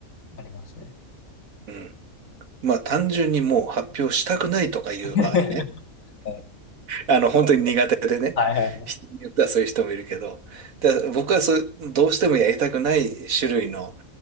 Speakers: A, on the left (about 70°); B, on the right (about 75°).
A: ありますね。
B: うん。まあ、単純にもう発表したくないとかいう場合ね。
A: <laughs> はい
B: あの、本当に苦手でね。
A: はいはい。
B: 人によってはそういう人もいるけど。で、僕はそう、どうしてもやりたくない種類の、